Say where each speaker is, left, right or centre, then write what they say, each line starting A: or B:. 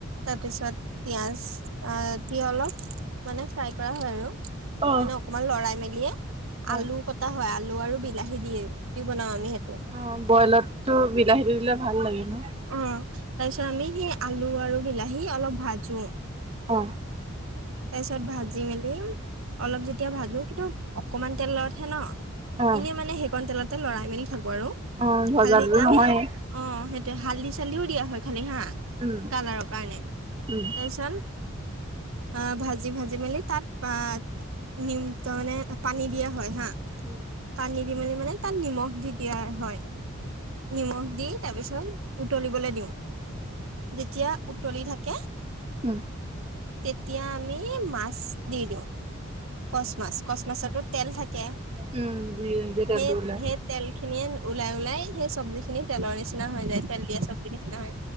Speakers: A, on the right; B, on the right.
A: তাৰপিছত পিয়াজ হালধি অলপ মানে ফ্ৰাই কৰা হয় আৰু ত
B: অ
A: মানে
B: অ
A: অকমান লৰাই মেলিয়ে
B: হয়
A: আলু কটা হয় আলু আলু আৰু বিলাহী দিয়ে ৰুতি বনাও আমি সেইটো
B: অ বইলত টো বিলাহীতটো দিলে ভাল লাগে। ন
A: অ তাৰপিছত আমি সেই আলু আৰু বিলাহী অলপ ভাজো
B: অ
A: তাৰপিছত ভাজি মেলি অলপ যেতিয়া ভাজো কিন্তু অকমান তেলতহে ন
B: অ
A: এনেই মানে সেইকণ তেলতে লৰাই মেলি থাকো
B: অ ভজাটো
A: আমি
B: নহয়ে
A: সা হাল্ধি চাল্দিও দিয়া হয় খালি হা
B: উম
A: কালাৰৰ কাৰণে
B: উম
A: তাৰিছত অ ভাজি ভাজি মেলি তাত আ নিম তাৰ মানে পানী দিয়া হয় হা
B: উম
A: পানী দি মেলি মানে তাত নিমখ দি দিয়া হয় নিমখ দি তাৰ পিছত উতলিবলৈ দিওঁ যেতিয়া উতলি থাকে
B: উম উম
A: এতিয়া আমি মাছ দি দিওঁ কচ মাছ কচ মাছতো তেল থাক
B: উম উম যে তেলটো
A: সেই
B: ওলাই
A: সেই তেল খিনিয়ে ওলাই ওলাই সেই চব্জি খিনি তেলৰ নিচিনা হৈ যায় তেল দিয়া চব্জি নিচিনা হৈ